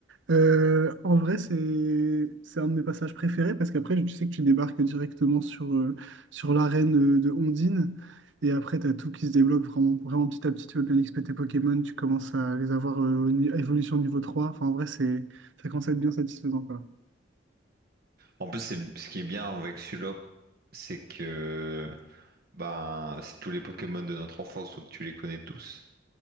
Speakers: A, on the right; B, on the right.
A: Euh, en vrai, c'est c'est un de mes passages préférés parce qu'après, tu sais que tu débarques directement sur, euh, sur l'arène euh, de Ondine et après, tu as tout qui se débloque vraiment, vraiment petit à petit. Tu veux bien XP tes Pokémon, tu commences à les avoir euh, au ni- à évolution niveau 3. Enfin, en vrai, c'est ça commence à être bien satisfaisant, quoi.
B: En plus, c'est ce qui est bien avec celui-là, c'est que ben c'est tous les Pokémon de notre enfance, donc tu les connais tous.